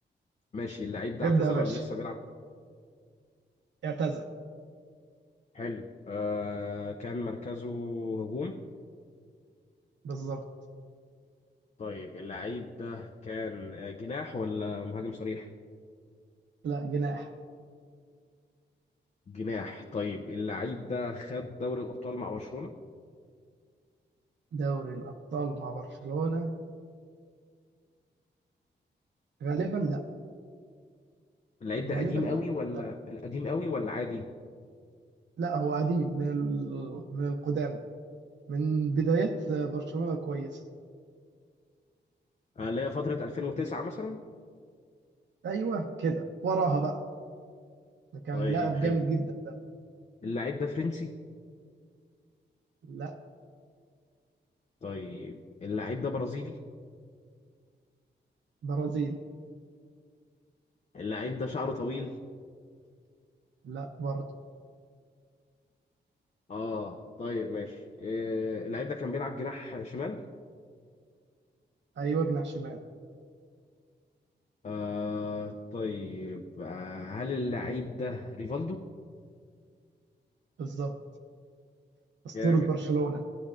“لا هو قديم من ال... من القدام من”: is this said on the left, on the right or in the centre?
Right